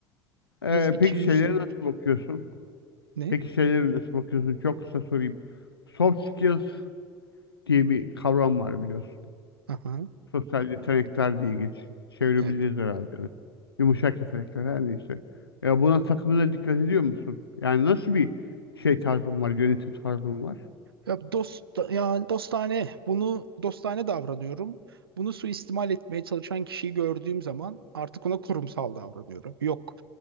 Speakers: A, on the left; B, on the right.
A: Ee,
B: Biraz ikiyüzlüydü.
A: peki şeylere nasıl bakıyorsun?
B: Ne?
A: Peki şeylere nasıl bakıyorsun? Çok kısa sorayım. Soft skills diye bir kavram var biliyorsun.
B: Aha,
A: Sosyal yetenekler diye geç, çevirebiliriz
B: evet.
A: herhalde. Yumuşak yetenekler her neyse. Ya buna takımına dikkat ediyor musun? Yani nasıl bir şey tarzın var, yönetim tarzın var?
B: Ya dost yani dostane bunu dostane davranıyorum. Bunu suistimal etmeye çalışan kişiyi gördüğüm zaman artık ona kurumsal davranıyorum. Yok.